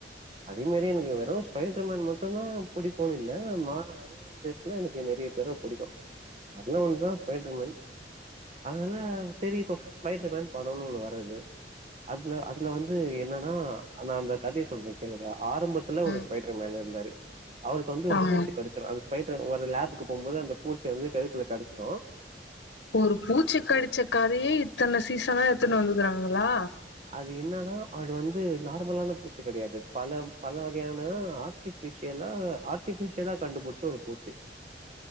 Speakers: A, on the right; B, on the left.
A: அதே மாரி எனக்கு வெறும் ஸ்பைடர்மன் மட்டும்தா புடிக்குன்னு இல்ல ஆனா மார்வெல் அவெஞ்சர்ஸ்ல எனக்கு நெறைய பேர புடிக்கு அதுலல ஒன்னுதா ஸ்பைடர்மேன் அதனால சேரி இப்போ ஸ்பைடர்மன் படோனு ஒன்னு வர்றது அதுல அதுல வந்து என்னன்னா நா அந்த கதைய சொல்றே கேளுங்க ஆரம்பத்துல ஒரு
B: ம்
A: ஸ்பைடர்மேன் இருந்தாரு அவருக்கு வந்து ஒரு
B: ஆமா
A: பூச்சி கடிச்சிடு அந்த ஸ்பைர் ஒரு லேப்க்கு போகும்போது அந்த பூச்சு வந்து கழுத்துல கடிச்சிடு
B: ஒரு பூச்சி கடிச்ச கதையே இத்தன சீசனா எடுத்துனு வந்துருக்கங்களா
A: அது என்னன்னா அது வந்து நார்மலான பூச்சு கடையாது பல பல வகையான ஆ ர்டிபிஸியலா ஆர்டிபிஸியாலா கண்டுபுடிச்ச ஒரு பூச்சி
B: <unintelligible>